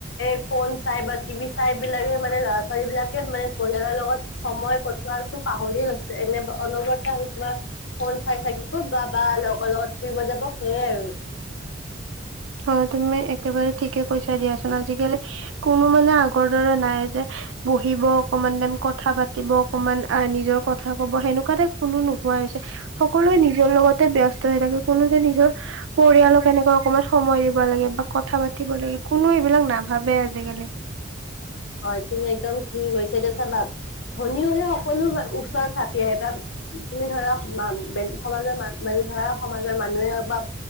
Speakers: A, on the left; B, on the right.
A: এ ফোন চাই বা টিভি চাই বিলাকে মানে ল'ৰা ছোৱালী বিলাকে মানে পৰিয়ালৰ লগত সময় কটোৱাটো পাহৰি গৈছে। এনেই অনবৰতে কিবা ফোন চাই থাকিব বা বা লগৰ লগত ফুৰিব যাব সেইয়াই আৰু।
B: হয়। তুমি একেবাৰে ঠিকে কৈছা দিয়াচোন। আজিকালি কোনো মানে আগ আগৰ দৰে নাই যে বহিব অকমান টাইম কথা পাতিব অকমান নিজৰ কথা কব সেনেকুৱা টাইপ কোনো নোহোৱা হৈছে। সকলোৱে নিজৰ লগতে ব্যস্ত হৈ থাকে কোনো যে নিজৰ পৰিয়ালক তেনেকুৱা অকমান সময় দিব লাগে বা কথা পাতিব লাগে কোনো এইবিলাক নাভাবে আজিকালি।
A: হয়, তুমি একদম ঠিক কৈছা দেই চাবা ধনী হ'লে সকলো ওচৰত চাপি আহে। তাত তুমি ধৰা মান বে সমাজৰ‌ মানে ধৰা সমাজৰ মানুহে বা